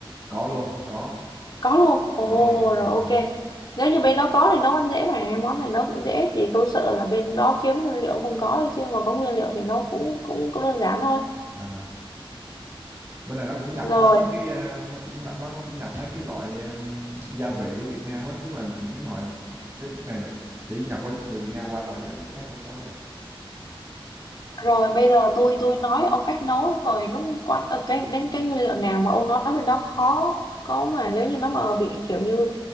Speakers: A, on the right; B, on the left.
A: Có luôn, có,
B: có luôn ồ
A: có luôn đúng rồi
B: rồi ok
A: đúng rồi
B: nếu như bên đó có thì nấu ăn dễ mà món này nấu cũng dễ chỉ tôi sợ là bên đó kiếm nguyên liệu không có thôi chứ mà có nguyên liệu thì nấu cũng cũng cũng đơn giản thôi
A: À, bên này nó cũng nhập
B: rồi
A: qua mấy cái ờ, nó nó cũng nhập mấy cái loại ừm, gia vị của Việt Nam á, tức là những cái loại cái này là chỉ nhập qua từ Việt Nam qua thôi chứ nước khác không có cái này.
B: rồi bây giờ tôi tôi nói ông cách nấu rồi lúc quan ờ, cái đến cái nguyên liệu nào mà ông nói bên đó khó có mà nếu như nó mà bị kiểu như